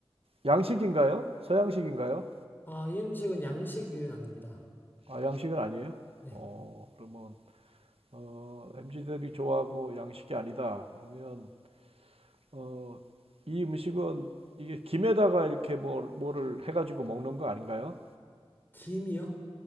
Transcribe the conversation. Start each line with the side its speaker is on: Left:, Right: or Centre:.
Right: 양식인가요? 서양식인가요?
Left: 아, 이 음식은 양식은 아닙니다.
Right: 아, 양식은 아니에요?
Left: 네.
Right: 어, 그러면 어, 엠지들이 좋아하고 양식이 아니다. 그러면 어, 이 음식은 이게 김에다가 이렇게 뭘, 뭐를 해가지고 먹는 거 아닌가요?
Left: 김이요?